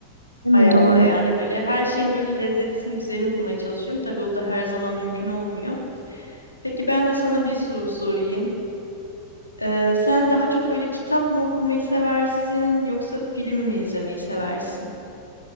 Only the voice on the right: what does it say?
değil
mi? Doğru.